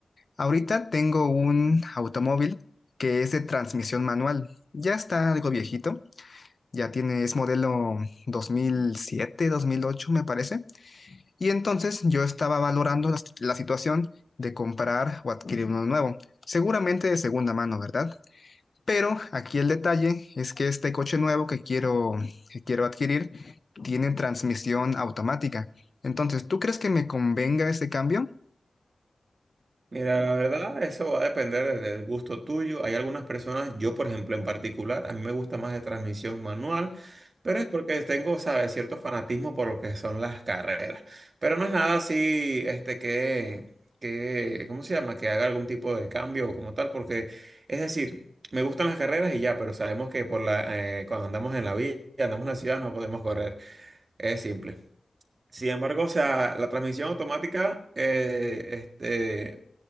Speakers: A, on the left (about 45°); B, on the right (about 60°).
A: ahorita tengo un automóvil que es de transmisión manual. Ya está algo viejito, ya tiene, es modelo dos dos mil siete, dos mil ocho, me parece. Y entonces yo estaba valorando la, la situación de comprar o adquirir uno nuevo. Seguramente de segunda mano, ¿verdad? Pero aquí el detalle es que este coche nuevo que quiero, que quiero adquirir tiene transmisión automática. Entonces, ¿tú crees que me convenga ese cambio?
B: Mira, la verdad, eso va a depender del gusto tuyo. Hay algunas personas, yo por ejemplo en particular, a mí me gusta más de transmisión manual, pero es porque tengo, ¿sabes?, cierto fanatismo por lo que son las carreras. Pero no es nada así, este, que, que, ¿cómo se llama?, que haga algún tipo de cambio o como tal, porque, es decir, me gustan las carreras y ya, pero sabemos que por la, eh, cuando andamos en la vía, andamos en la ciudad, no podemos correr. Es simple. Sin embargo, o sea, la transmisión automática, eh, este...